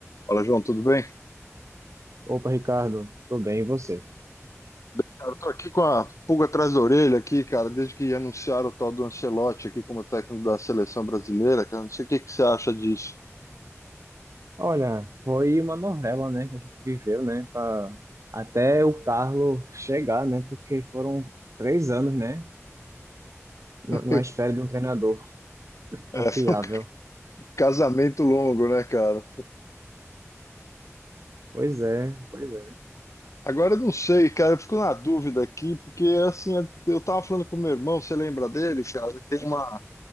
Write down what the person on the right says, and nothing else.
Opa, Ricardo, tudo bem, e você?
Olha, foi uma novela, né, que a gente viveu, né, pra- até o Carlo chegar, né, porque foram três anos, né, na
na espera de um treinador <laughs>
confiável.
Pois é, pois é,